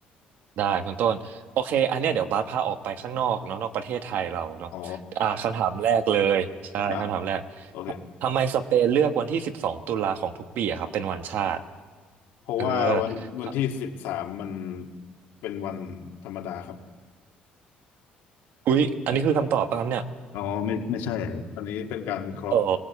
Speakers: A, on the right; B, on the left.
A: ได้คุณต้นโอเคอันเนี้ยเดี๋ยวบาสพาออกไปข้างนอกเนาะนอกประเทศไทยเราเนาะอ่าคำถามแรกเลยใช่คำถามแรก
B: อ๋อมาโอเค
A: ทำไมสเปนเลือกวันที่สิบสองตุลาของทุกปีอะครับเป็นวันชาติ
B: เพราะว่าวันวันที่สิบสามมัน
A: เออถ้า
B: เป็นวันธรรมดาครับ
A: อุ๊ยอันนี้คือคำตอบป่ะครับเนี่ย
B: อ๋อไม่ไม่ใช่อันนี้เป็นการวิเคราะห์
A: อ๋อ